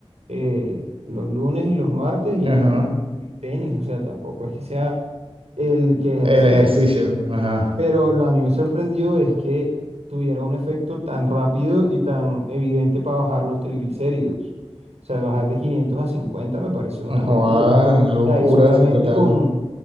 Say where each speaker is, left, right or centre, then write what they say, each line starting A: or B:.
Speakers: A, on the right (about 90°); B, on the right (about 60°).
A: eh, los lunes y los martes y,
B: Ajá.
A: el- y tenis. O sea, tampoco es que sea el que ejercicio.
B: El ejercicio. Ajá.
A: Pero lo- a mí me sorprendió es que tuviera un efecto tan rápido y tan evidente para bajar los triglicéridos. O sea, bajar de 500 a 50 me pareció una
B: Joda,
A: locura.
B: una locura,
A: O sea, y solamente
B: sí, total.
A: con,